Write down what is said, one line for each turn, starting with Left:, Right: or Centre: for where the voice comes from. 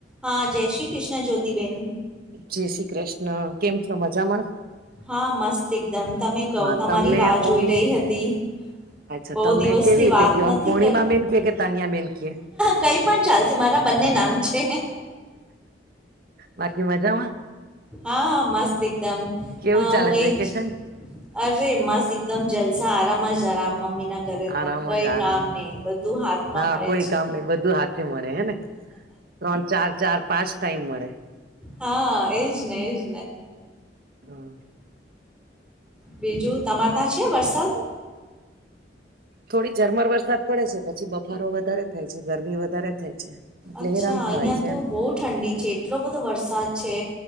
Centre: હા જય શ્રી કૃષ્ણ જ્યોતિબેન
Right: જય શ્રી કૃષ્ણ કેમ છો મજામાં?
Centre: હા મસ્ત એકદમ તમે કહ
Right: હા
Centre: તમારી
Right: તમને
Centre: રાહ જોઈ
Right: ઓમ
Centre: રહી હતી.
Right: અચ્છા
Centre: બહુ
Right: તમને
Centre: દિવસથી
Right: કેવી રીતે
Centre: વાત
Right: ક આમ
Centre: નથી
Right: પૂર્ણિમા
Centre: કરી
Right: બેન કે કે તાનિયા બેન કે
Centre: કઈ, પણ ચાલશે મારા બંને નામ છે.
Right: બાકી મજામાં
Centre: હા હા મસ્ત એકદમ
Right: કેવું
Centre: હ
Right: ચાલે
Centre: હું
Right: છે
Centre: એજ
Right: વેકેશન
Centre: અરે મસ્ત એકદમ જલસા આરામ જ જરામ મમ્મીના ઘરે
Right: આરામ
Centre: તો કઈ
Right: જ આરામ
Centre: કામ નહી બધું હાથમાં
Right: હા
Centre: મળે
Right: કોઈ
Centre: છે.
Right: કામ નઈ બધું હાથે મળે હે ને ત્રણ ચાર ચાર પાંચ ટાઈમ મળે
Centre: હા એજને એજ
Right: હા
Centre: બીજું તમારે ત્યા છે વરસાદ
Right: થોડી ઝરમર વરસાદ પડે છે પછી બફારો વધારે થાય છે, ગરમી વધારે થાય છે. એટલે
Centre: અચ્છા
Right: હેરાન
Centre: અહિયાં
Right: થવાય છે
Centre: તો
Right: એમ
Centre: બહુ ઠંડી છે એટલો બધો વરસાદ છે